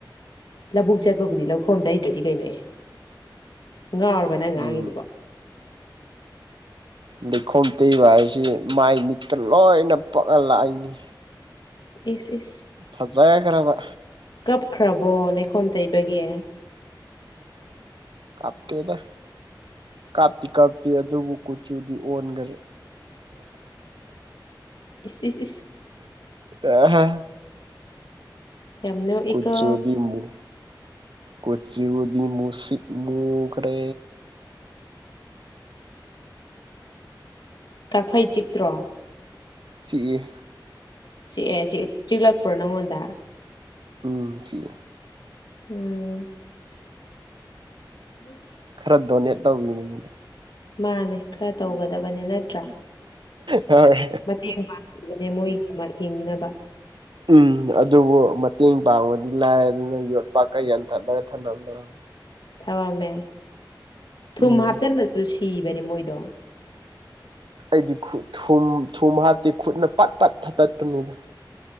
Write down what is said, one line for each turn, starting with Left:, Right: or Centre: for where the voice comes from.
Left: ꯂꯧꯕꯨꯛ ꯆꯠꯄꯕꯨꯗꯤ ꯂꯧꯈꯣꯝꯗꯩꯗ꯭ꯔꯗꯤ ꯀꯩꯅꯣꯑ ꯉꯥꯎꯔꯕ
Right: ꯎꯝ
Left: ꯅꯪ ꯉꯥꯡꯉꯤꯗꯨꯕꯣ
Right: ꯂꯩꯈꯣꯝ ꯇꯩꯕ ꯍꯥꯏꯁꯤ ꯃꯥꯏ ꯃꯤꯠꯇꯀ ꯂꯣꯏꯅ ꯄꯛꯑ ꯂꯥꯛꯏꯅꯤ
Left: ꯏ ꯏ
Right: ꯐꯖꯒ ꯈꯔꯕ
Left: ꯀꯞꯈ꯭ꯔꯕꯣ ꯂꯩꯈꯣꯝ ꯇꯩꯕꯒꯤ
Right: ꯀꯥꯞꯇꯗ ꯀꯥꯞꯇꯤ ꯀꯥꯞꯇꯦ ꯑꯗꯨꯕꯨ ꯀꯨꯆꯨꯗꯤ ꯑꯣꯟꯈꯔꯦ
Left: ꯏꯁ
Right: ꯑ
Left: ꯌꯥꯝ ꯅꯣꯛꯏꯀꯣ
Right: ꯀꯆꯨ ꯗꯤꯝꯕꯨ ꯀꯨꯆꯤꯗꯤꯃꯨꯁꯤꯛ ꯃꯨꯈꯔ
Left: ꯀꯛꯐꯩ ꯆꯤꯛꯇ꯭ꯔꯣ
Right: ꯆꯤꯑ
Left: ꯆꯤꯛꯑꯦ ꯆꯤꯛꯂꯛꯄ꯭ꯔꯣ ꯅꯪꯉꯣꯟꯗ
Right: ꯎꯝ ꯊ
Left: ꯎꯝ ꯎꯝ
Right: ꯈꯔ ꯗꯣꯅꯦꯠ ꯇꯧꯕꯤꯕꯅꯤꯅ
Left: ꯃꯥꯅꯦ ꯈꯔ ꯇꯧꯒꯗꯕꯅꯤ ꯅꯠꯇ꯭ꯔꯥ
Right: ꯍꯣꯏ
Left: ꯃꯇꯦꯡ ꯄꯥꯡ ꯅꯦ ꯃꯣꯏ ꯍꯤꯡꯅꯕ
Right: ꯎꯝ ꯑꯗꯨꯕꯨ ꯃꯇꯦꯡ ꯄꯥꯡꯕꯗꯤ ꯂꯥꯏꯔꯗꯅ ꯌꯣꯠꯄꯥꯛꯀ ꯌꯥꯟꯊꯠꯂꯔ ꯊꯂꯝꯝꯅꯔꯝꯃꯤ
Left: ꯊꯃꯝꯃꯦ ꯊꯨꯝ
Right: ꯎꯝ
Left: ꯍꯥꯞꯆꯤꯟꯕꯗꯨꯁꯨ ꯁꯤꯕꯅꯦ ꯃꯣꯏꯗꯣ
Right: ꯑꯩꯗꯤꯠ ꯊꯨꯝ ꯊꯨꯝ ꯍꯥꯞꯇꯤ ꯈꯨꯠꯅ ꯄꯥꯠ ꯄꯠ ꯊꯠꯇꯠꯄꯅꯤꯅ